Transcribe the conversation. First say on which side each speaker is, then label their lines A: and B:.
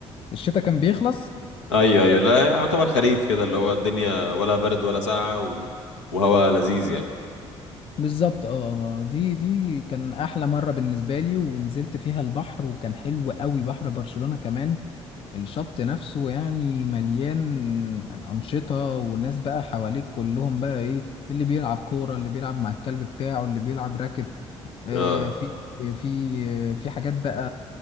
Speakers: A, on the left; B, on the left.
A: الشتاء كان بيخلص
B: ايوه ايوه لا يعتبر خريف كده اللي هو الدنيا ولا برد ولا ساقعه و... وهواء لذيذ يعني
A: بالظبط اه آه، آه. دي دي كان احلى مره بالنسبه لي ونزلت فيها البحر وكان حلو قوي بحر برشلونه كمان الشط نفسه يعني مليان انشطه وناس بقى حواليك كلهم بقى ايه اللي بيلعب كوره اللي بيلعب مع الكلب بتاعه اللي بيلعب راكت آه
B: اه
A: في في في حاجات بقى